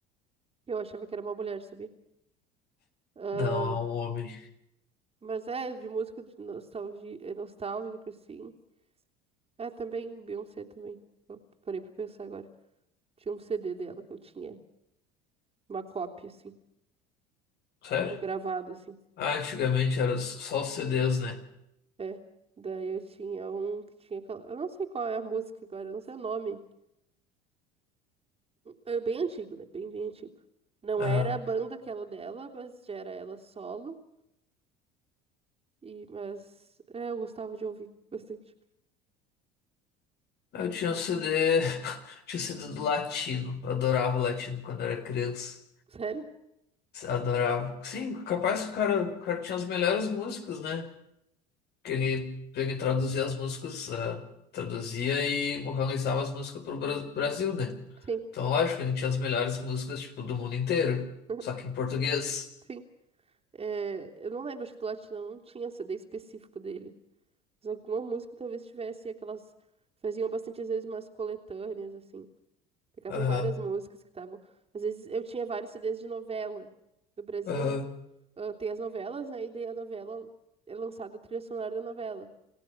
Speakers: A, on the right; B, on the left.
A: Eu achava que era uma mulher, sabia? Ah,
B: Não, é um homem.
A: mas é, de música de nostalgia, é nostálgico, sim. É também Beyoncé também. Eu parei pra pensar agora. Tinha um CD dela que eu tinha. Uma cópia, assim.
B: Sério?
A: um Gravado, assim.
B: Ah, antigamente era só os CDs, né?
A: É, daí eu tinha um que tinha aquela. Eu não sei qual é a música agora, eu não sei o nome. É bem antigo, né? Bem, bem antigo. Não
B: Aham.
A: era a banda aquela dela, mas já era ela solo. E, mas é, eu gostava de ouvir bastante.
B: Eu tinha o CD, <laughs> tinha o CD do latino. Eu adorava o latino quando era criança.
A: Sério?
B: Adorava. Sim, capaz que o cara, o cara tinha as melhores músicas, né? que ele, ele traduzia as músicas, ah, traduzia e organizava as músicas para o Brasil, né?
A: Sim,
B: Então, lógico, ele tinha as melhores músicas, tipo, do mundo inteiro,
A: <laughs>
B: só que em português.
A: sim. É, eu não lembro, acho que do Latino não tinha CD específico dele. Mas alguma música talvez tivesse aquelas. Faziam bastante, às vezes, umas coletâneas, assim. Pegavam
B: Aham,
A: várias músicas que estavam. Às vezes eu tinha vários CDs de novela do Brasil.
B: aham,
A: ah, tem as novelas, né? E daí a novela é lançada a trilha sonora da novela.